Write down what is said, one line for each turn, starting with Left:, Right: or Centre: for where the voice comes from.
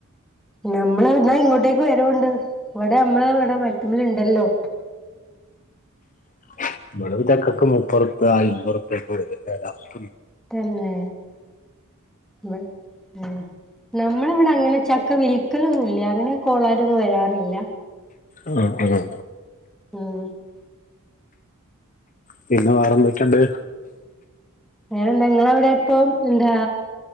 Centre: നമ്മള് ദാ ഇങ്ങോട്ടേക്ക് വരവുണ്ട് ഇവിടെ നമ്മള് ഇവിടെ മരത്തിമ്മലിണ്ടല്ലോ
Left: <unintelligible> <unintelligible>
Centre: തന്നേ മ് ഇം നമ്മളിവിടങ്ങന ചക്ക വി ക്കലൊന്നും ഇല്ല അങ്ങനെ കോളാരൊന്നും വരാറില്ല
Left: ആ ആഹ്
Centre: ഉം
Left: പിന്നെ വേറെന്തൊക്കെയൊണ്ട്?
Centre: ഞാനിണ്ട് ഇങ്ങളെവിടെ ഇപ്പം എന്താ